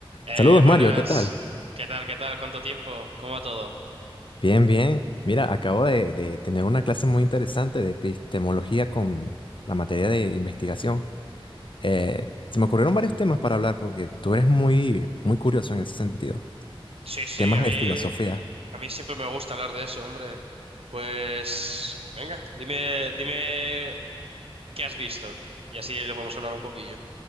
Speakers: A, on the right; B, on the left.
A: Eh,
B: Saludos
A: buenas,
B: Mario, ¿qué tal?
A: ¿qué tal? ¿Qué tal? ¿Cuánto tiempo? ¿Cómo va todo?
B: Bien, bien. Mira, acabo de, de tener una clase muy interesante de epistemología con la materia de investigación. Eh, se me ocurrieron varios temas para hablar porque tú eres muy, muy curioso en ese sentido.
A: Sí, sí,
B: Temas
A: a mí,
B: de filosofía.
A: a mí siempre me gusta hablar de eso, hombre. Pues, venga, dime, dime qué has visto y así lo podemos hablar un poquillo.